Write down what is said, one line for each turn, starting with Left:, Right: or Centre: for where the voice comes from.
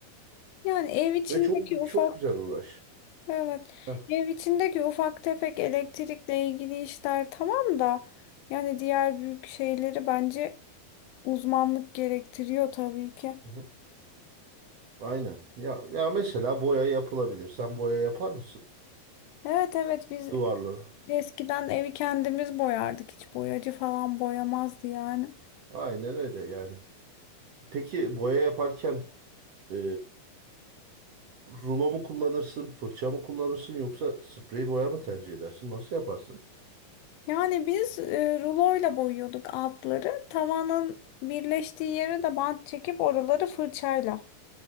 Left: Yani ev içindeki
Right: Ve çok
Left: ufak
Right: çok güzel uğraş.
Left: Evet.
Right: Heh,
Left: Ev içindeki ufak tefek elektrikle ilgili işler tamam da yani diğer büyük şeyleri bence uzmanlık gerektiriyor tabii ki.
Right: hı hı. Aynen. Ya ya mesela boya yapılabilir. Sen boya yapar mısın?
Left: Evet evet biz
Right: Duvarları.
Left: eskiden evi kendimiz boyardık. Hiç boyacı falan boyamazdı yani.
Right: Aynen öyle yani. Peki boya yaparken e, rulo mu kullanırsın, fırça mı kullanırsın yoksa sprey boya mı tercih edersin? Nasıl yaparsın?
Left: Yani biz e, ruloyla boyuyorduk altları. Tavanın birleştiği yere de bant çekip oraları fırçayla